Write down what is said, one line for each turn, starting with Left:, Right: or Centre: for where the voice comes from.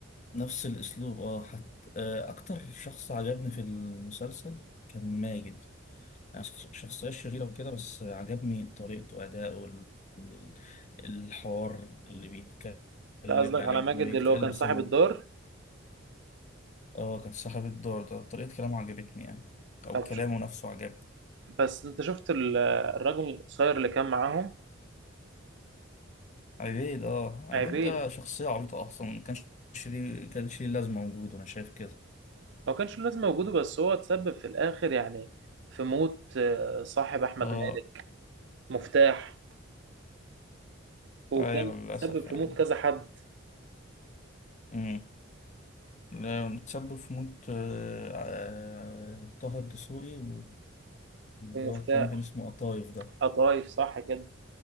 Left: نفس الأسلوب اه حتى آه، أكتر شخص عجبني في المسلسل كان ماجد يعني شخص- شخصية شريرة وكده بس عجبني طريقته أداؤه ال- ال- الحوار اللي بيتكلم
Right: انت قصدك
Left: يعني
Right: على ماجد
Left: لما يتكلم
Right: اللي هو كان
Left: سنة
Right: صاحب الدار
Left: اه كان صاحب الدور ده طريقة كلامه عجبتني يعني أو
Right: طب
Left: كلامه
Right: ش-
Left: نفسه عجبني
Right: بس انت شفت ال- الراجل القصير اللي كان معاهم
Left: عبيد اه عبيد
Right: عيب
Left: ده شخصية عبيطة أصلا ما كانش ليه كانش ليه لازمة وجوده أنا شايف كده
Right: ما كانش له لازمة وجوده بس هو اتسبب في الآخر يعني في موت آه، صاحب أحمد
Left: اه
Right: مالك مفتاح وكان
Left: أيوة للأسف
Right: تسبب في
Left: يعني
Right: موت كذا حد
Left: امم لا، متسبب في موت آه، آه، طه الدسوقي واللي
Right: ومفتاح
Left: هو التاني كان اسمه قطايف ده
Right: قطايف صح كده